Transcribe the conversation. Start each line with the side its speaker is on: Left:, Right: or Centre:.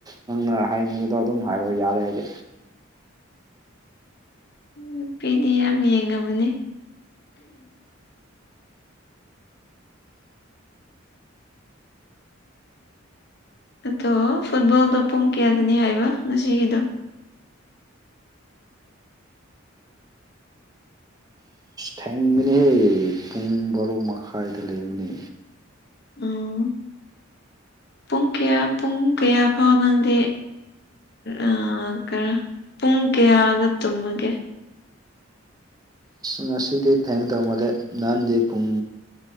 Right: ꯅꯪꯅ ꯍꯥꯏꯅꯤꯡꯕꯗꯣ ꯑꯗꯨꯝ ꯍꯥꯏꯔꯣ ꯌꯥꯔꯦ ꯑꯩꯗꯤ
Left: ꯅꯨꯄꯤꯗꯤ ꯌꯥꯝ ꯌꯦꯡꯉꯝꯃꯅꯤ ꯑꯗꯣ ꯐꯨꯠꯕꯣꯜꯗꯣ ꯄꯨꯡ ꯀꯌꯥꯗꯅꯤ ꯍꯥꯏꯕ ꯉꯁꯤꯒꯤꯗꯣ
Right: ꯊꯦꯡꯕꯅꯦꯍꯦ ꯄꯨꯡ ꯕꯥꯔꯣ ꯃꯈꯥꯏꯗ ꯂꯩꯕꯅꯤ
Left: ꯎꯝ ꯄꯨꯡ ꯀꯌꯥ ꯄꯨꯡ ꯀꯌꯥꯐꯥꯎ ꯅꯪꯗꯤ ꯑꯥ <unintelligible> ꯄꯨꯡ ꯀꯌꯥꯗ ꯇꯨꯝꯃꯒꯦ
Right: ꯉꯁꯤꯗꯤ ꯊꯦꯡꯇꯧꯃꯥꯜꯂꯦ ꯅꯍꯥꯟꯗꯤ ꯄꯨꯡ